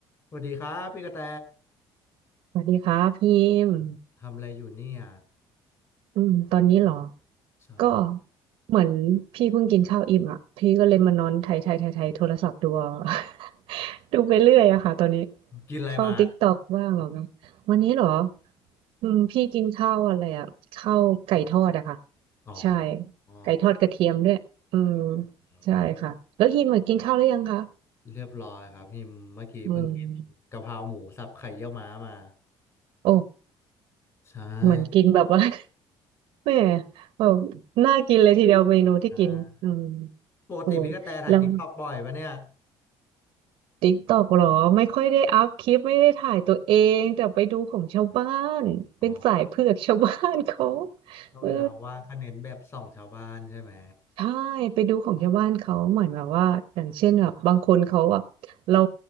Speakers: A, on the left; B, on the right.
A: สวัสดีครับพี่กระแต
B: สวัสดีครับพิมพ์
A: ทำอะไรอยู่เนี่ย
B: อืมตอนนี้เหรอ
A: จะ
B: ก็เหมือนพี่เพิ่งกินข้าวอิ่มอ่ะพี่ก็เลยมานอนไถไถไถไถโทรศัพท์ดูเอา <laughs> ดูไปเรื่อยอะค่ะตอนนี้
A: กินอะไรมา
B: เข้าติ๊กต็อกบ้างเหรอนะวันนี้เหรออืมพี่กินข้าวอะไรอ่ะข้าวไก่ทอดอะค่ะ
A: อ๋อ
B: ใช่
A: อ๋อ
B: ไก่ทอดกระเทียมด้วยอืม
A: เออ
B: ใช่ค่ะแล้วฮิมอะกินข้าวหรือยังคะ
A: เรียบร้อยครับพี่เมื่อกี้เพิ่งกินกะเพราหมูสับไข่เยี่ยวม้ามา
B: อืมโอ้
A: ใช่
B: เหมือนกินแบบว่า <laughs> แม่แบบน่ากินเลยทีเดียวเมนูที่กินอืม
A: อ่าปกติพี่กระแตถ่ายติ๊กต็อกบ่อยปะเนี่ย
B: โอ้ยแล้วติ๊กตอกหรอไม่ค่อยได้อัพคลิปไม่ได้ถ่ายตัวเองแต่ไปดูของชาวบ้านเป็นสายเผือก
A: อ๋อ
B: <laughs> ชาวบ้านเขา
A: ถ้าเวลาว่างก็เน้นแบบส่องชาวบ้านใช่ไหม
B: เออ ใช่ไปดูของชาวบ้านเขาเหมือนแบบว่าอย่างเช่นแบบบางคนเขาแบบเรา